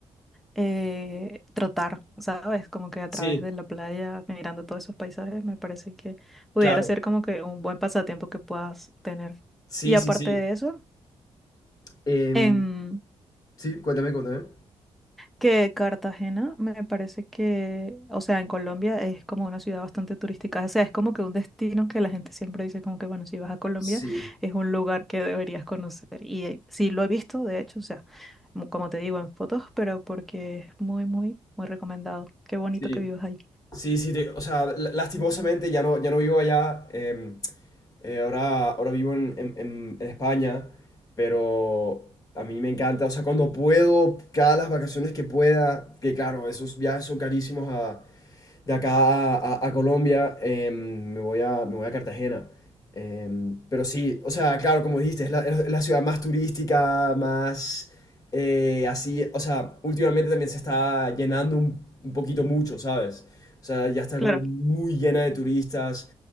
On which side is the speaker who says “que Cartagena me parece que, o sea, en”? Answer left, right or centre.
Centre